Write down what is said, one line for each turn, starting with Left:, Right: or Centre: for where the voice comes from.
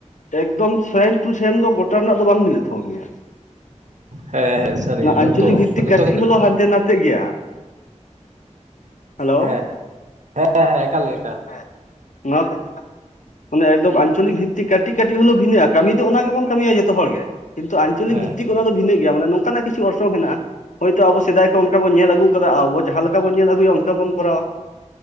Left: ᱮᱠᱫᱚᱢ ᱥᱮᱢ ᱴᱩ ᱥᱮᱢ ᱫᱚ ᱜᱚᱴ ᱜᱚᱴᱟ ᱨᱮᱱᱟ ᱫᱚ ᱵᱟᱝ ᱢᱤᱞ ᱛᱟᱵᱚᱱ ᱜᱮᱭᱟ
Right: ᱦᱮᱸ ᱦᱮᱸ ᱥᱟᱹᱨᱤ
Left: ᱱᱚᱣᱟ
Right: ᱡᱷᱚᱛᱚ
Left: ᱟᱧᱪᱚᱞᱤᱠ ᱵᱷᱤᱛᱤᱠ
Right: ᱡᱷᱚᱛᱚ
Left: ᱠᱟᱹᱴᱤᱡ
Right: ᱠᱷᱮᱛᱨᱮ
Left: ᱦᱚᱞᱳ
Right: ᱨᱮ
Left: ᱦᱟᱱᱛᱮ ᱱᱟᱛᱮ ᱱᱟᱛᱮᱜ ᱜᱮᱭᱟ ᱦᱮᱞᱳ
Right: ᱦᱮᱸ ᱦᱮᱸ ᱦᱮᱸ ᱦᱮᱸ ᱮᱠᱟᱞ ᱜᱮ ᱮᱠᱟᱞ
Left: ᱦᱮᱸ ᱱᱚᱣᱟ ᱠᱚ ᱢᱟᱱᱮ ᱮᱠᱫᱚᱢ ᱟᱧᱪᱚᱞᱤᱠ ᱵᱷᱤᱛᱤᱠ ᱠᱟᱹᱴᱤᱡ ᱠᱟᱹᱴᱤᱡ ᱦᱚᱞᱳᱜ ᱵᱷᱤᱱᱟᱹᱜ ᱠᱟᱹᱢᱤ ᱫᱚ ᱚᱱᱟ ᱜᱮᱵᱚᱱ ᱠᱟᱹᱢᱤᱭᱟ ᱡᱚᱛᱚ ᱦᱚᱲ ᱜᱮ ᱠᱤᱱᱛᱩ ᱟᱧᱪᱚᱞᱤᱠ
Right: ᱦᱮᱸ
Left: ᱵᱤᱛᱤᱠ
Right: ᱦᱮᱸ
Left: ᱚᱱᱟ ᱵᱷᱤᱹᱱᱟᱜ ᱜᱮᱭᱟ ᱱᱚᱝᱠᱟᱱᱟᱜ ᱠᱤᱪᱷᱩ ᱚᱨᱚᱝ ᱦᱮᱱᱟᱜᱼᱟ ᱦᱳᱭᱛᱳ ᱟᱵᱚ ᱥᱮᱫᱟᱭ ᱠᱷᱚᱱ ᱚᱱᱠᱟ ᱵᱚᱱ ᱧᱮᱞ ᱟᱹᱜᱩ ᱠᱟᱫᱟ ᱟᱵᱚ ᱡᱟᱦᱟᱸ ᱞᱮᱠᱟ ᱵᱚᱱ ᱧᱮᱞ ᱟᱹᱜᱩᱭᱟ ᱚᱱᱠᱟ ᱵᱚᱱ ᱠᱚᱨᱟᱣᱟ